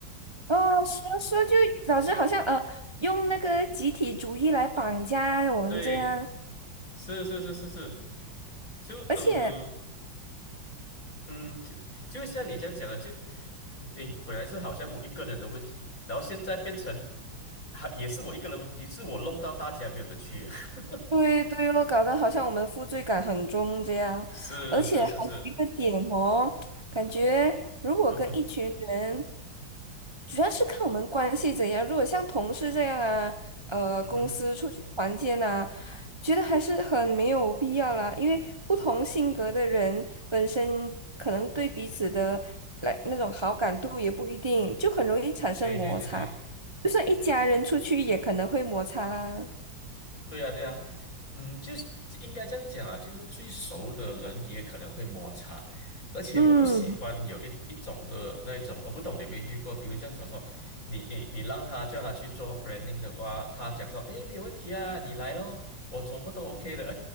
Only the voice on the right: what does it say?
哦，说说就老师好像呃，用那个集体主义来绑架我们这样，
而且。
对对哦，搞得好像我们负罪感很重这样，
而且还有一个点哦，感觉如果跟一群人，
主要是看我们关系怎样。如果像同事这样啊，呃，
公司出去团建啊，觉得还是很没有必要啦，因为不同性格的人本身可能对彼此的来那种好感度也不一定，就很容易产生摩擦。
就算一家人出去，也可能会摩擦啦。
嗯。